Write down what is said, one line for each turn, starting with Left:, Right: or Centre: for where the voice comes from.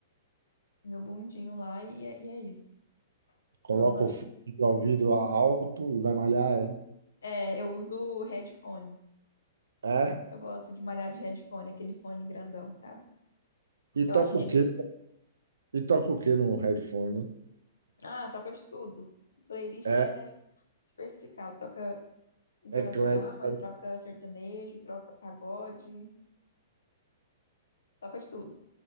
Left: no meu mundinho lá, e é, e é isso.
Right: coloca
Left: Então, acho
Right: o fone
Left: que.
Right: de ouvido alto e vai malhar, é?
Left: É, eu uso headphone.
Right: É?
Left: Eu gosto de malhar de headphone, aquele fone grandão, sabe?
Right: E
Left: Que
Right: toca
Left: eu acho que
Right: o
Left: ele.
Right: quê? E toca o quê no headphone?
Left: Ah, toca de tudo. Playlist
Right: É,
Left: é diversificado. Toca internacional,
Right: eclético.
Left: mas troca sertanejo, troca pagode, toca de tudo.